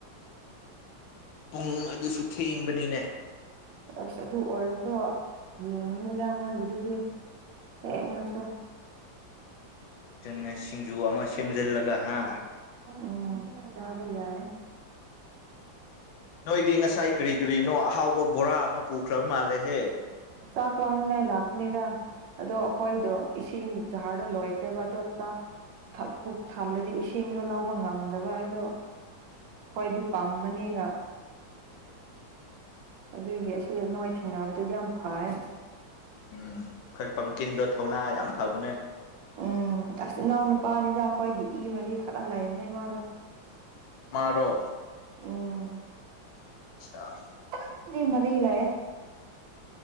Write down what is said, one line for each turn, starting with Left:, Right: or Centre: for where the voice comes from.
Left: ꯄꯨꯡ ꯑꯗꯨꯁꯨ ꯊꯦꯡꯕꯅꯤꯅꯦ
Right: ꯑꯁ ꯑꯗꯨ ꯑꯣꯏꯔꯁꯨ ꯌꯦꯡꯅꯤꯗ ꯃꯣꯏꯒꯤꯗꯨꯗꯤ ꯊꯦꯡꯉꯁꯨ
Left: ꯆꯨꯝꯃ‌ꯦ ꯁꯤꯡꯖꯨ ꯑꯃ ꯁꯦꯝꯖꯤꯜꯂꯒ ꯍ
Right: ꯎꯝ ꯆꯥꯕ ꯌꯥꯏ
Left: ꯅꯣꯏꯗꯤ ꯉꯁꯥꯏ ꯀꯔꯤ ꯀꯔꯤꯅꯣ ꯑꯍꯥꯎꯕ ꯕꯣꯔꯥ ꯑꯃ ꯄꯨꯈ꯭ꯔꯕ ꯃꯥꯜꯂꯦꯍꯦ
Right: ꯆꯥꯛ ꯂꯥꯝꯅꯤꯉꯥꯏ ꯂꯥꯛꯄꯅꯤꯗ ꯑꯗꯣ ꯑꯩꯈꯣꯏꯗꯣ ꯏꯁꯤꯡ ꯖꯍꯥꯔꯗꯣ ꯂꯣꯏꯈ꯭ꯔꯦꯕ ꯑꯗꯣ ꯆꯥꯛ ꯊꯛ ꯄꯨꯛ ꯊꯜꯂꯗꯤ ꯏꯁꯤꯡꯗꯣ ꯂꯧꯕ ꯉꯝꯗꯕ ꯑꯩꯗꯣ ꯍꯣꯏꯗꯤ ꯄꯝꯕꯅꯤꯅ ꯑꯗꯨꯒꯤ ꯑꯁꯦ ꯅꯣꯏ ꯊꯦꯡꯅꯕꯗꯣ ꯌꯥꯝ ꯐꯌꯦ
Left: ꯎꯝ ꯑꯩꯈꯣꯏ ꯄꯝꯀꯤꯟꯗꯣ ꯊꯧꯅꯥ ꯌꯥꯝ ꯐꯕꯅꯦ
Right: ꯎꯝ ꯑꯁ ꯏꯅꯥꯎ ꯅꯨꯄꯥꯅꯤꯗ ꯑꯩꯈꯣꯏꯒꯤ ꯏ ꯃꯔꯤ ꯈꯔ ꯂꯩꯕꯅꯦ ꯃꯥꯗꯣ
Left: ꯃꯥꯔꯣ
Right: ꯎꯝ
Left: ꯑꯆꯥ
Right: <inaudible> ꯗ‌ꯦ ꯃꯔꯤ ꯂꯩꯌꯦ